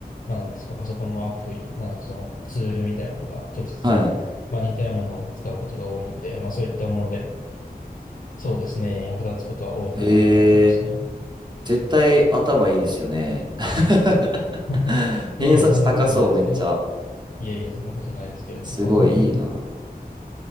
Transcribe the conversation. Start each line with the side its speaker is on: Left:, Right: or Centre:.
Left: まあ何ですか、パソコンのアプリ、なんかそのツールみたいのが直接、
Right: はい。
Left: まあ似たようなものを使うことが多いので、まあそういったもので、そうですね、役立つことは多いかなと思いますね。
Right: えー、絶対頭いいですよね。<laughs>
Left: <laughs>
Right: 偏差値高そう、
Left: いえいえ、そんなことないですけど
Right: めっちゃ。
Left: いえいえ、そんなことないですけれども。
Right: すごいいいな。
Left: <laughs>